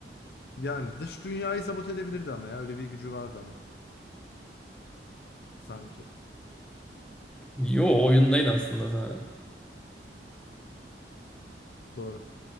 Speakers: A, on the left; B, in the centre.
A: yani dış dünyayı sabote edebilirdi ama ya öyle bir gücü vardı ama sanki.
B: Yo oyundaydı aslında sadece.
A: Doğru.